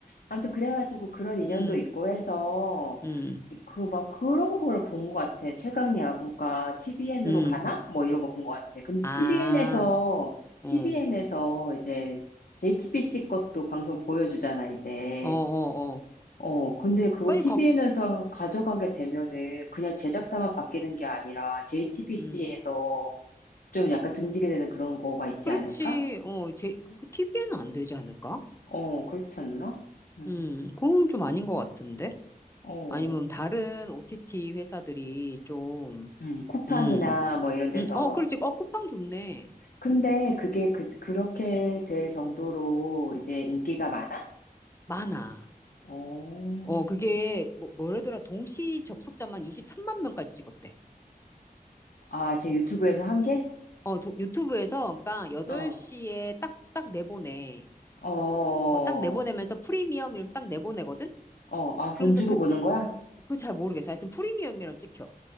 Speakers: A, on the left; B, on the left.
A: 아무튼 그래가지고 그런 인연도
B: 음.
A: 있고 해서
B: 음.
A: 그 막 그런 걸 본 것 같아. 최강 야구가 TVN으로
B: 음.
A: 가나? 뭐 이런 거 본 것 같아. 근데
B: 아.
A: TVN에서
B: 어.
A: TVN에서 이제 JTBC 것도 방송 보여주잖아 이제.
B: 어, 어, 어.
A: 어, 근데 그거
B: 빨리
A: TVN에서
B: 각
A: 가져가게 되면은 그냥 제작사만 바뀌는 게 아니라 JTBC에서
B: 음.
A: 좀 약간 등지게 되는 그런 거가 있지
B: 그렇지.
A: 않을까?
B: 어, 제, 그, TV에는 안 되지 않을까?
A: 어, 그렇지 않나? 음,
B: 음, 그건 좀 아닌 것 같은데?
A: 어,
B: 아니면 다른 OTT 회사들이 좀,
A: 음, 쿠팡이나
B: 음,
A: 뭐 이런 데서
B: 음, 어, 그렇지. 어, 쿠팡 좋네.
A: 근데 그게 그, 그렇게 될 정도로 이제 인기가 많아?
B: 많아.
A: 오
B: 어, 그게, 뭐, 뭐라더라. 동시 접속자만 23만 명까지 찍었대.
A: 아, 지금 유튜브에서 한 게?
B: 어, 도- 유튜브에서, 그러니까 8시에
A: 어.
B: 딱, 딱 내보내.
A: 어.
B: 어, 딱 내보내면서 프리미엄 이렇게 딱 내보내거든?
A: 어. 아, 돈
B: 그러면서
A: 주고
B: 그,
A: 보는 거야?
B: 그 잘 모르겠어. 하여튼 프리미엄이라고 찍혀.